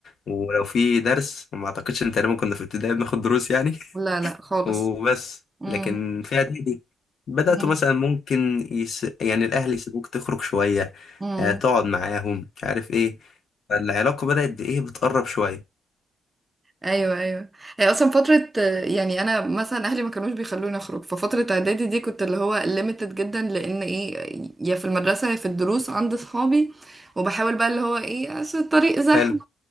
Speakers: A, on the left (about 55°); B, on the right (about 20°).
A: ولو في درس وما اعتقدش ان تقريبا كنا في ابتدائي بناخد دروس يعني
B: لا لا
A: <laughs>
B: خالص
A: وبس
B: مم.
A: لكن في اعدادي بدأت
B: مم.
A: مثلا ممكن يس... يعني الاهل يسيبوك تخرج شوية
B: مم.
A: آه، تقعد معاهم مش عارف ايه فالعلاقة بدأت بايه بتقرب شوية
B: ايوه ايوه هي اصلا فتره آه، يعني انا مثلا اهلي ما كانوش بيخلوني اخرج ففتره اعدادي دي كنت اللي هو ليميتد جدا لان ايه يا في المدرسه يا في الدروس عند صحابي وبحاول بقى اللي هو ايه اصل الطريق زحمه
A: حلو